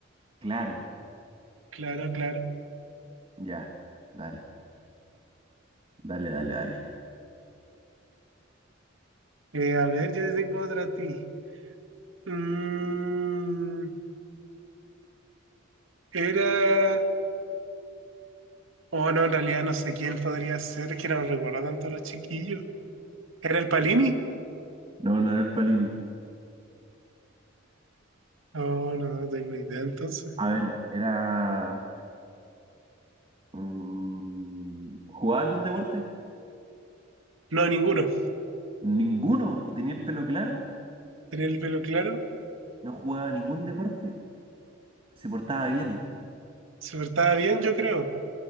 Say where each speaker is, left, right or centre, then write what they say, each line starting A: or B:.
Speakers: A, on the right; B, on the right.
A: Claro.
B: Claro, claro.
A: Ya. Dale, dale, dale, dale.
B: Eh, a ver, yo te tengo otra a ti. Mm, era. Oh, no, en realidad no sé quién podría ser, es que no recuerdo tanto a los chiquillos. ¿Era el Palini?
A: No, no era el Palini.
B: Oh, no, no tengo idea entonces.
A: A ver, era... mm, ¿jugaba algún deporte?
B: No, ninguno.
A: Ninguno. ¿Y tenía el pelo claro?
B: Tenía el pelo claro.
A: No jugaba ningún deporte. Se portaba bien.
B: Se portaba bien, yo creo.